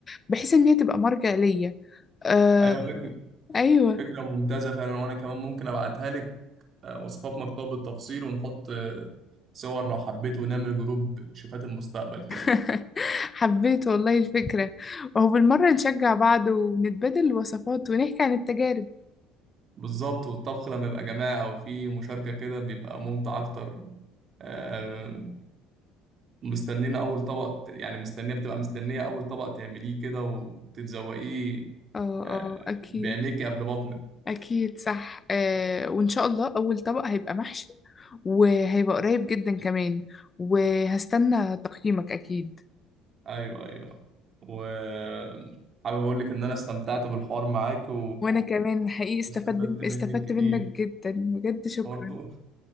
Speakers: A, on the left; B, on the right.
A: بحيث ان هي تبقى مرجع ليا آه
B: ايوه فكرة
A: ايوه
B: فكرة ممتازة فعلا وأنا كمان ممكن أبعتها لك آه، وصفات مكتوبة بالتفصيل ونحط آه، صور لو حبيت ونعمل جروب شيفات المستقبل كده
A: <laughs> حبيت والله الفكرة وهو بالمرة نشجع بعض ونتبادل الوصفات ونحكي عن التجارب
B: بالظبط والطبخ لما يبقى جماعة أو في مشاركة كده بيبقى ممتع أكتر آه، مستنينا أول طبق ت- يعني مستنية بتبقى مستنية أول طبق تعمليه كده وتتذوقيه
A: اه
B: آه،
A: اه اكيد
B: بعينيكي قبل بطنك
A: اكيد صح آه وان شاء الله اول طبق هيبقى محشي وهيبقى قريب جدا كمان وهستنى تقييمك أكيد
B: أيوه أيوه وحابب أقول لك إن أنا استمتعت بالحوار معاك و...
A: وأنا كمان حقيقي استفدت
B: واستفدت منك
A: استفدت
B: كتير
A: منك جدا بجد شكرا
B: برضو